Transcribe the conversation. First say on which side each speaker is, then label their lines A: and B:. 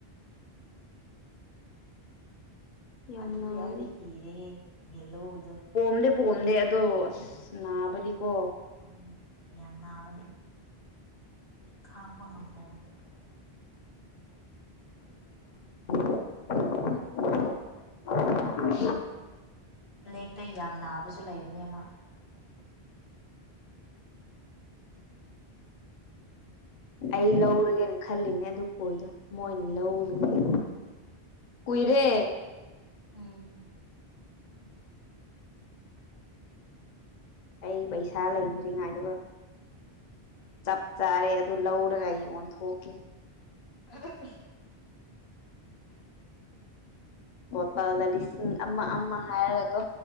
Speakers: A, on the left; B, on the left.
A: <inaudible>
B: ꯌꯥꯝ
A: ꯑꯗꯨꯗꯤ
B: ꯅꯥꯕꯅꯦ
A: ꯑꯩꯗꯤ ꯀꯤꯔꯦꯍꯦ ꯌꯦꯂꯣꯒꯤꯗꯣ
B: ꯄꯣꯝꯗꯤ ꯄꯣꯝꯗꯦ ꯑꯗꯣ ꯑꯁ ꯅꯥꯕꯗꯤꯀꯣ
A: ꯎꯝ ꯌꯥꯝ ꯅꯥꯕꯅꯤ ꯈꯥꯡꯕ ꯉꯝꯗꯕꯅꯤ <inaudible>
B: <inaudible>
A: ꯕ꯭ꯂꯦꯛꯇ ꯌꯥꯝ ꯅꯥꯕꯁꯨ ꯂꯩꯕꯅꯦ ꯑꯃ
B: ꯑꯩ ꯂꯧꯔꯒꯦꯅ ꯈꯜꯂꯤꯅꯦ ꯑꯗꯨ ꯀꯣꯏꯗꯣ ꯃꯣꯏꯅ ꯂꯧꯗꯕꯒꯤ ꯀꯨꯏꯔꯦ
A: ꯎꯝ
B: ꯑꯩ ꯄꯩꯁꯥ ꯂꯩꯗ꯭ꯔꯤꯉꯥꯏꯗꯒꯣ ꯆꯞ ꯆꯥꯔꯦ ꯑꯗꯨ ꯂꯧꯔꯒ ꯑꯩ ꯌꯣꯟꯊꯣꯛꯀꯦ
A: <unintelligible>
B: ꯄꯣꯠꯇꯜꯗ ꯂꯤꯁꯤꯡ ꯑꯃ ꯑꯃ ꯍꯥꯏꯔꯒꯒꯣ